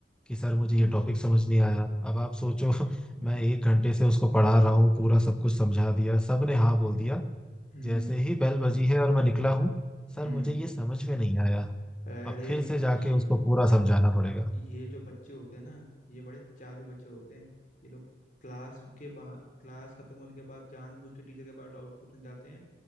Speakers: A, in the centre; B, on the left.
A: कि सर मुझे
B: हम्म
A: ये टॉपिक समझ नहीं आया अब आप सोचो <laughs>
B: हम्म
A: मैं एक घंटे से उसको पढ़ा रहा हूँ पूरा सब कुछ समझा दिया सब ने हाँ बोल दिया
B: हम्म
A: जैसे ही बेल बजी है और मैं निकला हूँ सर
B: हम्म।
A: मुझे ये समझ में नहीं आया
B: अरे
A: अब फिर से
B: ये
A: जाके उसको पूरा समझाना पड़ेगा
B: ये जो बच्चे होते हैं ना ये बड़े चालू बच्चे होते हैं ये लोग क्लास के बाहर क्लास खत्म होने के बाद जानबूझ के टीचर के पास डाउट पूछने जाते हैं